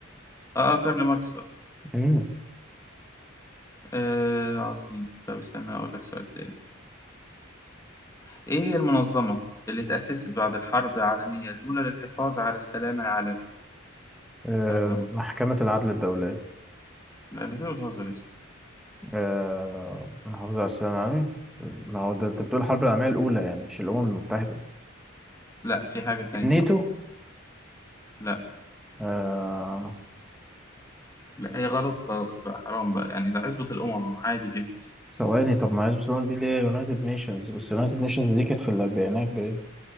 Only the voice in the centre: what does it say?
مم.
آه
محكمة العدل الدولية
آه محافظة على السلام العالمي ما هو ده أنت بتقول الحرب العالمية الأولى يعني مش الأمم المتحدة
الناتو
آه
ثواني طب ما هي برشلونة دي اللي هي يونايتد نيشنز بس يونايتد نيشنز دي كانت في الأربعينات باين